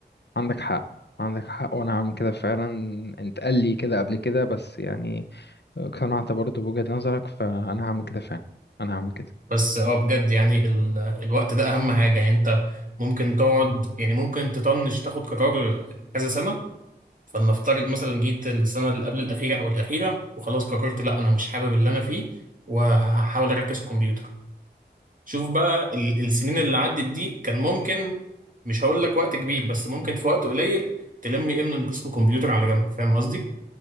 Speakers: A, on the left (about 70°); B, on the right (about 50°).
A: عندك حق عندك حق وانا هعمل كده فعلا انت قال لي كده قبل كده بس يعني آه، اقتنعت برضه بوجهة نظرك فانا هعمل كده فعلا انا هعمل كده
B: بس اه بجد يعني ال... الوقت ده اهم حاجه يعني انت ممكن تقعد يعني ممكن تطنش تاخد قرار كذا سنه فلنفترض مثلا جيت السنة اللي قبل الأخيرة أو الأخيرة وخلاص قررت لأ أنا مش حابب اللي أنا فيه وهحاول أركز كمبيوتر شوف بقى ال- السنين اللي عدت دي كان ممكن مش هقول لك وقت كبير بس ممكن في وقت قليل تلم إيه من قسم كمبيوتر على جنب فاهم قصدي؟